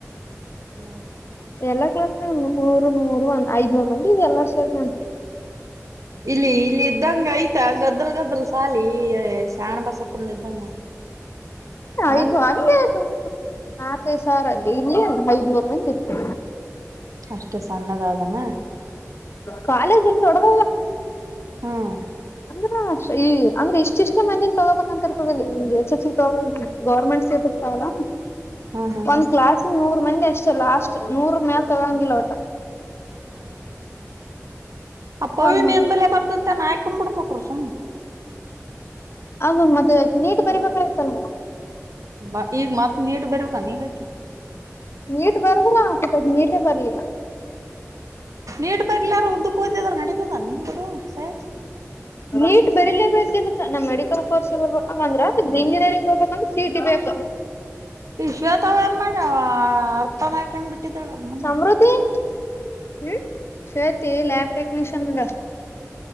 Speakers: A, on the right; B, on the left.
A: ನ
B: ಎಲ್ಲಾ ಕ್ಲಾಸ್ ನೆಲೆ ಮೂರು ನೂರು ಒಂದ್ ಐದ್ನೂರು ಮಂದಿ ಈಗ ಎಲ್ಲಾರ ಸೇರ್ಂತೆ
A: ಇಲ್ಲಿ ಇಲ್ಲಿ ಇದ್ದಂಗ ಆಯ್ತಾ ಗದ್ದಲ್ ಗದ್ದಲ್ ಸಾಲಿ ಶಾಣ ಬಸಪ್ಪಂದ ಇದ್ದಂಗ ಹ
B: ಐದು ಅ ನಾಕೈದು ಸಾವಿರ ಅಲ್ಲಿ ಇಲ್ಲಿೇ ಒ ಐದನೂರು ಮಂದತ್ತು
A: ಅಷ್ಟ ಸಣ್ಣದಾದಮ್ಮ
B: ಕಾಲೇಜ್ ಎಲ್ಲ ದೊಡ್ಡಲ
A: ಹ್ಮ್
B: ಅಂದ್ರ ಈ ಅಂದ್ರೆ ಇಷ್ಟ ಇಷ್ಟೇ ಮಂದಜನ್ ತಗೋಬೇಕಂತರ್ತದಿಲ್ಲಂಗ್ ಎಚ್ ಎಚ್ ತಗೋ ಗರ್ಮೆಂಟ್ ಸೇತರ್ತಲ್ಲ
A: ಹ್ಮ್ ಹ್ಮ್
B: ಒಂದ್
A: ಹ್ಮ್
B: ಕ್ಲಾಸ್ ಇ ಮಂದಿ ಅಷ್ಟೇ ಲಾಸ್ಟ್ ನೂರು ಮೇಲ್ ತೊಗೋಂಗಿಲ್ಲ ವಟ್ಟ
A: ಹೌದಾ ಅಪ್ಪವ
B: ಕಾಲ್ ಮಾಡ
A: ನೀನ್ ಬಲೆ ಬರ್ತತೆ ಅಾನಾ ಹಾಕೊಂಡಂಬ ಬಿಡ್ಬೇಕ್ರ ಸುಮ್ಮ್
B: ಆ ಮದ ನೀಟ್ ಬರಿಬೇಕ ಇತಲ್ಲ
A: ಬ ಈಗ ಮತ್ ನೀಟ್ ಬರ್ಬೇಕ ನೀಗಾಕಿ
B: ನೀಟ್ ಬರ್ದ್ರ ಆತದ ನೀಟೇ ಬರ್ಲಿಲ್ಲ
A: ನೀಟ್ ಬರ್ಲಾರ ಉದ್ದಕ್ಕೆ ಓದಿದ್ರರು ನಡೀತದನ್ ನಿಮಗದು ಸರಿ
B: ನೀಟ್ ಬರೀಲೇಬೇಕೇಕಿಗತ್ತ ನಮ್ ಮೆಡಿಕಲ್ ಕೋರ್ಸ್ ಬರ್ಬೇಕಂದ್ರ ಇಂಜಿನಿಯರಿಂಗ್ ಹೋಗಬೇಕಂದ್ರೆ ಸಿಟಿ ಬೇಕ
A: ವಿಶ್ವಥ ಅವ್ ಏನ್ ಮಾಡ್ಯವ ಅರ್ಥನ ಆ್ಕೊಂಡ್ ಬಿಿಟ್ಟ ಕಟ್ಟಿದಳ ಮನ್ನೆ
B: ಸಮೃದ್ಧಿ ಹ್ಮ್ ಶತಿ ಲಬಟೆಕ್ನಿಶಿಯನ್ ಮಡ